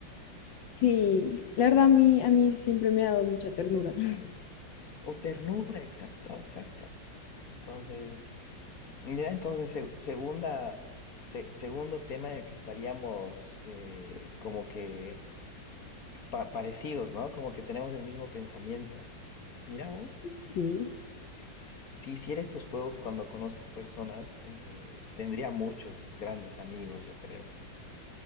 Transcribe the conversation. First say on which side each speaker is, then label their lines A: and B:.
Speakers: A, on the left (about 75°); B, on the left (about 50°).
A: Sí, la verdad a mí, a mí siempre me ha dado mucha ternura. <laughs>
B: O ternura, exacto, exacto. Entonces, ya entonces, se- segunda, se- segundo tema en el que estaríamos eh, como que pa- parecidos, ¿no? Como que tenemos el mismo pensamiento. Mira vos,
A: Sí,
B: si, si hiciera estos juegos cuando conozco personas, eh, tendría muchos grandes amigos, yo creo.